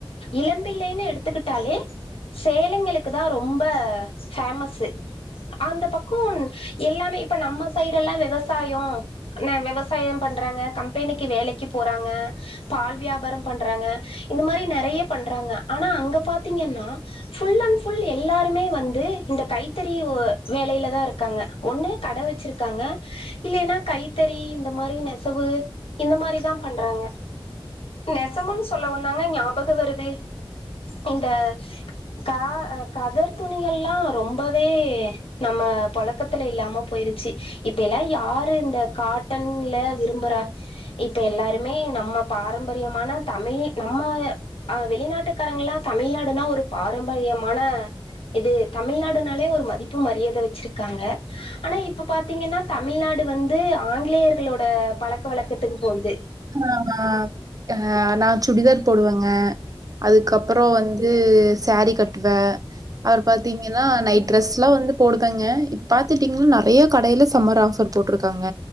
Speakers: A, on the left (about 85°); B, on the right (about 40°).
A: இளம்பிள்ளைன்னு எடுத்துக்கிட்டாலே சேலைங்களுக்கு தா ரொம்ப ஃபேமஸ்சு அந்த பக்கோ எல்லாமே இப்ப நம்ம சைடு எல்லா விவசாயோ என்ன விவசாய பண்றாங்க கம்பெனிக்கு வேலைக்கி போறாங்க பால் வியாபார பண்றாங்க இந்த மாரி நெறைய பண்றாங்க ஆனா அங்க பாத்தீங்கன்னா ஃபுல் அண்ட் ஃபுல் எல்லாருமே வந்து இந்த கைத்தறி வேலையிலதா இருக்காங்க ஒன்னு கட வெச்சிருக்காங்க இல்லேனா கைத்தறி இந்த மாரி நெசவு இந்த மாரிதா பண்றாங்க நெசவுன் சொல்லவுந்தாங்க ஞாபக வருது இந்த கா அ கதர் துணிகள்லா ரொம்பவே நம்ம பொழக்கத்துல இல்லாம போய்ருச்சி இப்பயெல்லா யாரு இந்த காட்டன்ல விரும்பறா இப்ப எல்லாருமே நம்ம பாரம்பரியமான தமிழ் நம்ம ஆ வெளிநாட்டுக்காரங்கல்லா தமிழ்நாடுனா ஒரு பாரம்பரியமான இது தமிழ்நாடுனாலே ஒரு மதிப்பு மரியாத வெச்சிருக்காங்க ஆனா இப்ப பாத்தீங்கன்னா தமிழ்நாடு வந்து ஆங்கிலேயர்களோட பழக்க வழக்கத்துக்கு போகுது
B: ஆமா ஆ நா சுடிதார் போடுவங்க அதுக்கப்றோ வந்து சேரி கட்டுவே அவர் பாத்தீங்கன்னா நைட் ட்ரஸ்லா வந்து போடுக்காங்க இப்ப பாத்துட்டீங்ன் நெறைய கடைல சம்மர் ஆஃபர் போட்ருக்காங்க